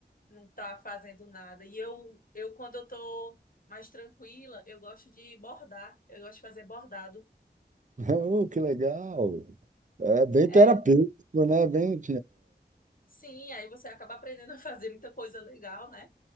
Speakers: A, on the left; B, on the right.
A: não tá fazendo nada. E eu, eu quando eu tô mais tranquila, eu gosto de bordar. Eu gosto de fazer bordado.
B: <laughs> oh, que legal. É bem
A: É,
B: terapêutico, né? Bem,
A: sim, aí você acaba aprendendo a fazer muita coisa legal, né?